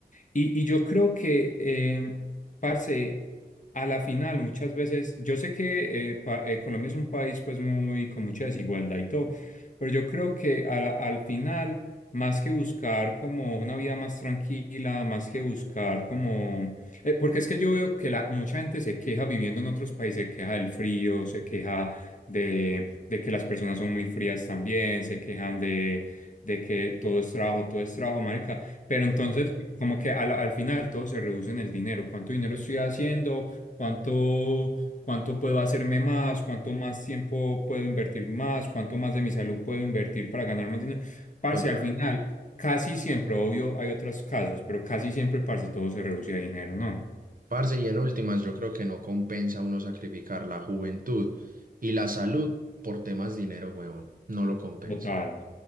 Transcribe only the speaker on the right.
Total.
Parce, y en últimas, yo creo que no compensa uno sacrificar la juventud y la salud por temas de dinero, huevón. No lo compensa.